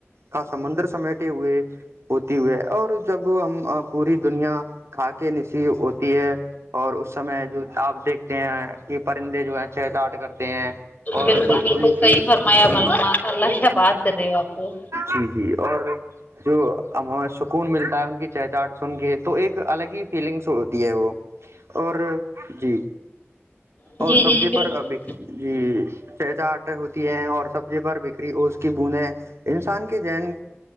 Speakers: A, on the right; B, on the left.
A: کا سمندر سمیٹے ہوئے ہوتی ہوئے اور جب ہم پوری دنیا کھا کے نسییح ہوتی ہے اور اس سمے جو آپ دیکھتے ہیں کہ پرندے جو ہے چہ چاٹ کرتے ہیں اور
B: بالکل
A: جو
B: بالکل
A: ان کی
B: صحیح فرمایا
A: جی
B: ماشاء اللہ کیا بات کر رہے ہو آپ کو
A: جی جی اور جو ہم ہمیں سکون ملتا ہے ان کی چہچاہٹ سن کے تو ایک الگ ہی فیلنگس ہوتی ہے وہ اور جی
B: جی
A: اور
B: جی
A: سبزی
B: جی بالکل
A: پر ابھی جی چ چا آٹ ہوتی ہے اور سبزی بھر بھی بکری اوس کی بوندیں انسان کے ذہن